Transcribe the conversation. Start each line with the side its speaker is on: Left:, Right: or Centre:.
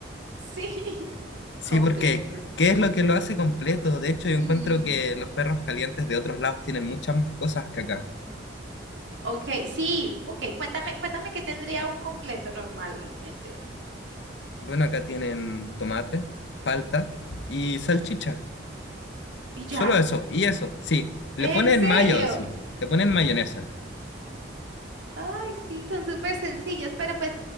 Right: Sí,
Left: Sí,
Right: completos.
Left: porque ¿qué es lo que lo hace completo?
Right: Sí.
Left: De hecho, yo encuentro que los perros calientes de otros lados tienen muchas más cosas que acá.
Right: Ok, sí. Ok, cuéntame, cuéntame qué tendría un completo normalmente.
Left: Bueno, acá tienen tomate, palta y salchicha.
Right: Y ya.
Left: Solo eso, y eso, sí. Le
Right: ¿En
Left: ponen
Right: serio?
Left: mayo, sí. Le ponen mayonesa.
Right: Ay, sí, son súper sencillos, pero pues